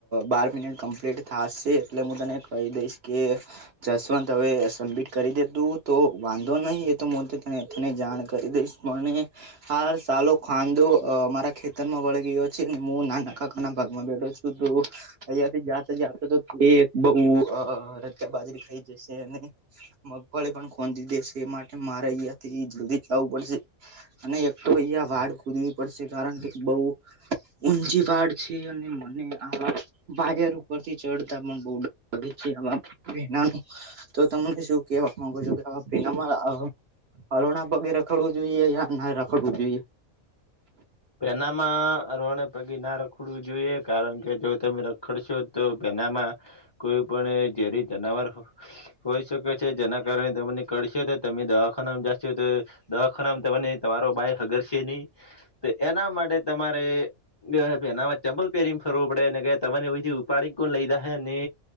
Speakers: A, on the right; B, on the left.
A: બાર મિનિટ કમ્પ્લીટ થાશે એટલે હું તને કહી દઈશ કે જસવંત હવે સબમિટ કરી દેતું તો વાંધો નહી એ તો તને જાણ કરી દઈશ મને હાલ સાલો ખાંદો મારા ખેતરમાં વળ ગયો છે ને હું નાના કાકા ના ભાગમાં બેઠો છું તો અહીંયાથી જાતો જતો તો તે એક બહુ અ રજા બાજરી ખાઈ જશે અને મગફળી પણ ખોંધી દેશે એ માટે મારે અહિયા થી જલ્દી જવું પડશે. અને એક તો અહીંયા વાળ ખોદવી પડશે કારણ કે બઉ ઊંજી વાડ છે અને મને આ વાયર ઉપરથી ચડતા પણ બહુ ડ લે છે આમાં તો તમને શું કેવા માંગુ છો કે અ પેલામાં હલોણા પગે રખડવું જોઈએ યા ના રખડવું જોઈએ?
B: પેનામાં રોણે પગી ના રખડવું જોઈએ કારણ કે જો તમે ર ખડશો તો તેનામાં કોઈ પણ ઝેરી જનાવર હોઈ શકે છે જેના કારણે તમને કડશે તો તમે દવાખાનામાં જાશો તો દવાખાનામ તમને તમારો ભાઈ હગર છે નહી તો એના માટે તમારે એનામાં ચંબલ પેરી ને ફરવો પડે ને તમને એ ઉપાડી કો લઈજાહે ને